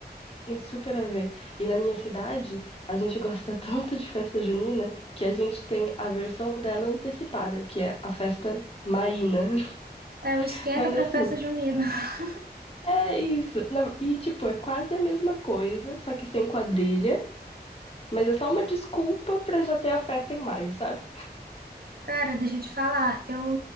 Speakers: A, on the left (about 35°); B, on the right (about 65°).
A: Tem super a ver. E na minha cidade, a gente <laughs> gosta tanto de festa junina que a gente tem a versão dela antecipada, que é a festa maína.
B: É o
A: <laughs>
B: esquenta
A: Mas
B: pra
A: assim,
B: festa junina. <laughs>
A: é isso. Na- E tipo, é quase a mesma coisa, só que sem quadrilha, mas é só uma desculpa pra já ter a festa em maio, sabe?
B: Cara, deixa eu te falar, eu,